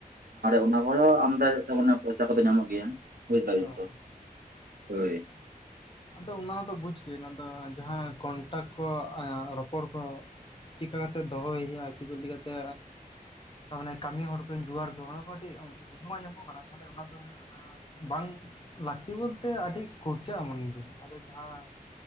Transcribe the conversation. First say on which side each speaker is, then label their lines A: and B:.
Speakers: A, on the right; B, on the left.
A: ᱚᱱᱟ ᱠᱚᱨᱮ ᱦᱚᱸ ᱟᱢᱫᱟ ᱛᱟᱢᱟᱱᱮ ᱯᱚᱭᱥᱟ ᱠᱚᱫᱚ ᱧᱟᱢᱚᱜ ᱜᱮᱭᱟ᱾ ᱵᱩᱡᱽ ᱫᱟᱵᱤᱱ
B: ᱚ
A: ᱛᱚ, ᱦᱳᱭ᱾
B: ᱟᱫᱚ ᱚᱱᱟ ᱫᱚ ᱵᱩᱡᱷᱽ ᱵᱤᱱ ᱟᱫᱚ ᱡᱟᱦᱟᱸ ᱠᱚᱱᱴᱟᱠᱴ ᱠᱚ ᱨᱚᱯᱚᱲ ᱠᱚᱼᱼ ᱪᱤᱠᱟᱹᱜ ᱠᱟᱛᱮ ᱫᱚᱦᱚᱭ ᱦᱩᱭᱩᱜᱼᱟ, ᱪᱤᱠᱟᱹ ᱞᱮᱠᱟᱛᱮᱼᱼ ᱛᱟᱨ ᱢᱟᱱᱮ ᱠᱟᱹᱢᱤ ᱦᱚᱲ ᱠᱚᱧ ᱡᱩᱜᱟᱲ ᱠᱚᱣᱟ, ᱚᱱᱟ ᱠᱚ ᱠᱟᱹᱴᱤᱡ ᱵᱩᱡᱷᱟᱹᱣ ᱧᱟᱢᱚᱜ ᱠᱟᱱᱟ ᱛᱟᱦᱞᱮ ᱚᱱᱟ ᱫᱚᱼᱼ ᱵᱟᱝ ᱞᱟᱹᱠᱛᱤ ᱵᱚᱞᱛᱮ ᱟᱹᱰᱤ ᱠᱷᱚᱨᱪᱟᱜᱼᱟ ᱢᱚᱱᱮᱭ ᱫᱤᱧ ᱟᱫᱚ ᱡᱟᱦᱟᱸ